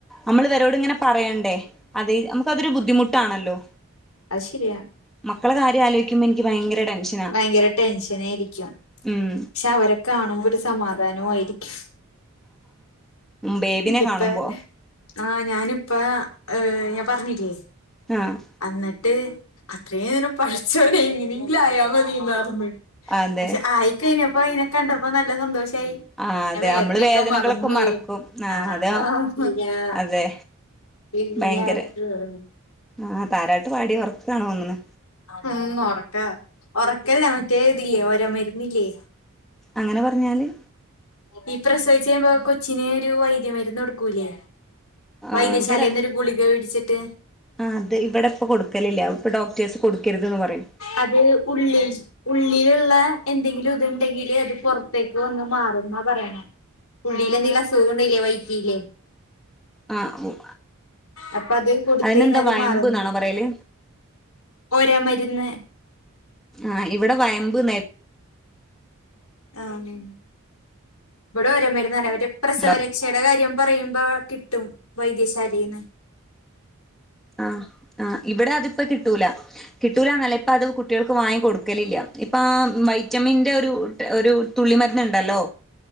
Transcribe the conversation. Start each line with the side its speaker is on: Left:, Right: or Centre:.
Centre: അമ്മള് വരോട്ങ്ങെനെ പറയണ്ടേ, അത് അമ്മക്ക് അതൊരു ബുദ്ധിമുട്ടാണല്ലോ.
Left: അയ് ശരിയാ.
Centre: മക്കള കാര്യാലോയിക്കുമ്പോ ഇൻക്ക് ഭയങ്കര ടെൻഷൻ
Left: ഭയങ്കര ടെൻഷനായിരിക്കും,
Centre: ഉം
Left: പക്ഷെ അവരെ കാണുമ്പൊരു സമാധാനോ ആയിരിക്കും.
Centre: ബേബിനെ
Left: ഇപ്പ
Centre: കാണുമ്പോ.
Left: ആഹ്, ഞാന്പ്പൊ ഏഹ് ഞാ പറഞ്ഞില്ലേ.
Centre: ആഹ്
Left: അന്ന്ട്ട് അത്രയും നേരം പടച്ചോനെ ഇനിയെങ്കിലും ആയാ മതിന്നറഞ്ഞ്
Centre: അതെ
Left: പക്ഷെ ആയിക്കഴിഞ്ഞപ്പോ അയിനെ കണ്ടപ്പോ നല്ല സന്തോഷായി.
Centre: ആഹ്
Left: ന്നെ
Centre: അതെ
Left: വേദനെക്കെ
Centre: നമ്മള് വേദനകളൊക്കെ
Left: മറന്നോയി
Centre: മറക്കും
Left: ആഹ്
Centre: അത
Left: <unintelligible>
Centre: അതെ
Left: ഇല്ല
Centre: ഭയങ്കര
Left: <unintelligible>
Centre: ആഹ്, താരാട്ട് പാടി ഒറക്കാണ് തോന്ന്ണ്.
Left: ഉം, ഒറക്കാ ഒറക്കല്ല മറ്റേ ഇതില്ലേ ഓരേ മരുന്നില്ലേ.
Centre: അങ്ങനെ പറഞ്ഞാല്?
Left: ഈ പ്രസവിച്ച് കഴിയുമ്പോ കൊച്ചിന് ഒരു വൈദ്യ മരുന്ന് കൊടുക്കൂലേ.
Centre: ആഹ്
Left: വൈദ്യശാലീന്നൊരു
Centre: ഇവിടെ
Left: ഗുളിക വേടിച്ചിട്ട്.
Centre: ആഹ് അത് ഇവടെപ്പൊ കൊടുക്കലില്ല, ഇപ്പൊ ഡോക്ടേഴ്സ് കൊടുക്കരുതെന്ന് പറയും.
Left: അത് ഉള്ളീ ഉള്ളിലുള്ള എന്തെങ്കിലും ഇതുണ്ടെങ്കില് അത് പൊറത്തേക്ക് വന്ന് മാറുന്നാ പറയണേ. ഉള്ളില് എന്തെലും അസുഖോണ്ടെങ്കില് വയ്റ്റിലേയ്
Centre: ആഹ്
Left: അപ്പൊ അത് കൊടുത്തഴിഞ്ഞാല്
Centre: അതിനെന്താ വയമ്പ്
Left: മാറുന്നു
Centre: ന്നാണോ പറയല്
Left: ഒര മരുന്ന്.
Centre: ആഹ് ഇവടെ വയമ്പ് ന്നേ
Left: ആഹ്, ഇവടെ ഒര മരുന്നറ ഒരു പ്രസവരക്ഷ
Centre: ന്നാ
Left: ടെ കാര്യം പറയുമ്പോ കിട്ടും വൈദ്യശാലീന്ന്.
Centre: ആഹ് ആഹ് ഇവടെ അത്പ്പ കിട്ടൂല. കിട്ടൂലന്നല്ല ഇപ്പ അത് കുട്ടികൾക്ക് വാങ്ങി കൊടുക്കലില്ല ഇപ്പാ വൈറ്റമിൻ്റെ ഒരു ഒരു തുള്ളിമരുന്ന്ണ്ടല്ലോ